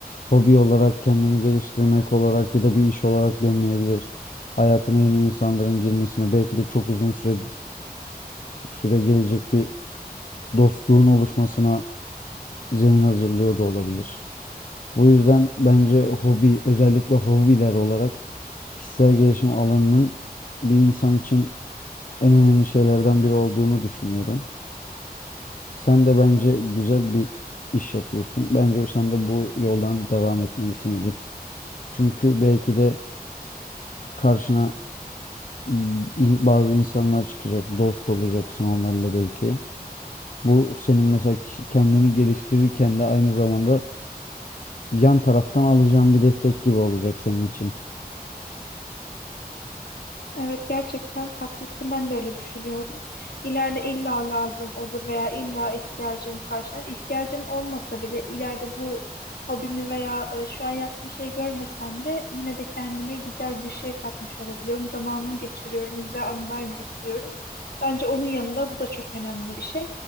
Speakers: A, on the left; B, on the left.
A: hobi olarak kendini geliştirmek olarak ya da bir iş olarak dönmeyebilir. Hayatına yeni insanların girmesine, belki de çok uzun süre süre gelecek bir dostluğun oluşmasına zemin hazırlıyor da olabilir. Bu yüzden bence hobi, özellikle hobiler olarak kişisel gelişim alanının bir insan için en önemli şeylerden biri olduğunu düşünüyorum. Sen de bence güzel bir iş yapıyorsun. Bence sen de bu yoldan devam etmelisin Elif. Çünkü belki de karşına in- bazı insanlar çıkacak, dost olacaksın onlarla belki. Bu senin mesela ki- kendini geliştirirken de aynı zamanda yan taraftan alacağın bir destek gibi olacak senin için.
B: Evet gerçekten haklısın ben de öyle düşünüyorum. İleride illa lazım olur veya illa ihtiyacım karşılar. İhtiyacım olmasa bile ileride bu hobimi veya e, şu an yaptığım şeyi görmesem bile yine de kendime güzel bir şey katmış olabiliyorum. Zamanımı geçiriyorum, güzel anılar biriktiriyorum. Bence onun yanında bu da çok önemli bir şey.